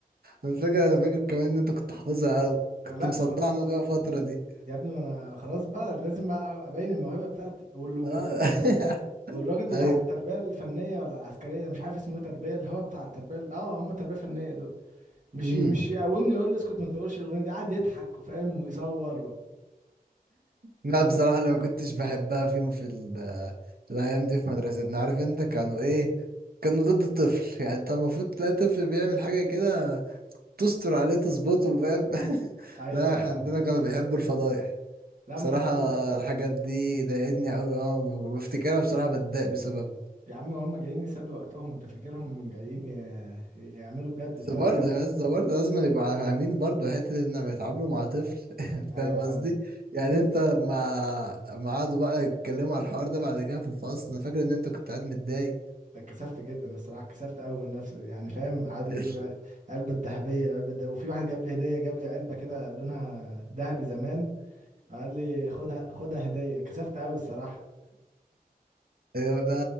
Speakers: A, on the right; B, on the right.
A: انا فاكر انا فاكر كمان ان انت كنت حافظها قوي
B: أنا
A: كنت
B: لا
A: مصدعنا
B: كنت
A: بيها فترة دي
B: يا ابني ما انا خلاص بقى لازم بقى ابين الموهبه بتاعتي وال... وال...
A: آه. <laughs>
B: والراجل بتاع التربيه
A: ايوه
B: الفنيه ولا العسكريه مش عارف اسمه ايه تربيه اللي هو بتاع التربيه ال- اه هم التربيه الفنيه دول مش
A: امم
B: مش يقومني يقول لي اسكت ما تقولش الاغنيه دي قعد يضحك وفاهم ويصور و...
A: لا
B: كان
A: بصراحة اللي ما كنتش بحبها فيهم في, ال- في الأيام دي في مدرستنا عارف أنت كانوا إيه كانوا ضد الطفل يعني أنت المفروض تلاقي طفل بيعمل حاجة كده تستر عليه تظبطه فاهم <laughs>
B: ايوه
A: لا إحنا
B: فاهم
A: عندنا كانوا بيحبوا الفضايح
B: لا
A: بصراحة
B: ما انا هقول لك
A: الحاجات دي ضايقتني أوي أه بفتكرها بصراحة بتضايق بسببها
B: يا عم هم جايين يسلوا وقتهم انت فاكرهم جايين ي- يعملوا بجد
A: بس
B: بتاع
A: برضه
B: ده كان
A: يا اسطى برضه لازم يبقى فاهمين برضه حتة إن بيتعاملوا مع طفل <laughs>
B: <laughs> ايوه
A: فاهم
B: فاهم
A: قصدي؟
B: فاكر
A: يعني أنت لما لما قعدوا بقى يتكلموا على الحوار ده بعد كده في الفصل أنا فاكر إن أنت كنت قاعد متضايق
B: اتكسفت جدا الصراحه اتكسفت قوي من نفسي يعني فاهم قعدوا
A: <laughs>
B: يقولوا لي العلبه الذهبيه العلبه الذهبيه وفي واحد جاب لي هديه جاب لي علبه كده لونها ذهبي زمان قال لي خدها خدها هديه اتكسفت قوي الصراحه
A: اليوم ده